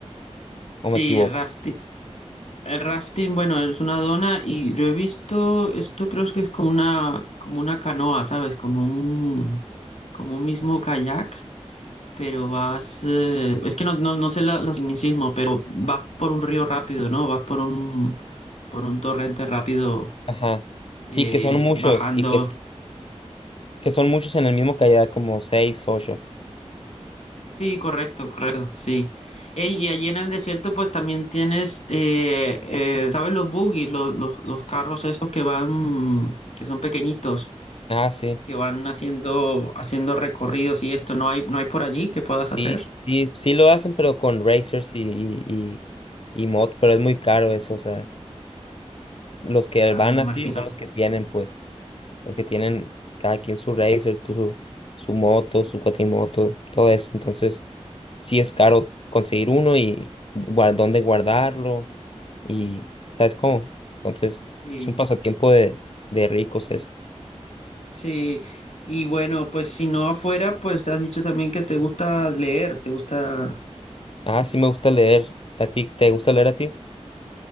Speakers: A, on the left; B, on the left.
A: sí,
B: o me equivoco.
A: el rafting. El rafting, bueno, es una dona y yo he visto, esto creo que es como una, como una canoa, ¿sabes? Como un, como un mismo kayak Pero vas, eh, es que no, no, no sé la, los tecnicismos, pero vas por un río rápido, ¿no? Vas por un, por un torrente rápido
B: Ajá.
A: eh,
B: Sí, que son muchos
A: bajando.
B: y que, que son muchos en el mismo kayak, como seis, ocho.
A: Sí, correcto, correcto, sí. Ey, y allí en el desierto pues también tienes, eh, eh, ¿sabes? Los buggy, los, los, los carros estos que van, que son pequeñitos,
B: Ah, sí.
A: que van haciendo, haciendo recorridos y esto, no hay, no hay por allí que puedas hacer.
B: Sí, sí, sí lo hacen, pero con racers y, y, y, y motos pero es muy caro eso, o sea, los que
A: Ah,
B: van
A: me imagino.
B: así son los que tienen, pues, los que tienen cada quien su racer, tu- su, su moto, su cuatrimoto, todo eso, entonces sí es caro conseguir uno y guar- dónde guardarlo y, ¿sabes cómo? Entonces
A: Sí.
B: es un pasatiempo de, de ricos eso.
A: Sí, y bueno, pues si no afuera, pues te has dicho también que te gusta leer, te gusta...
B: Ah, sí me gusta leer, ¿a ti te gusta leer a ti?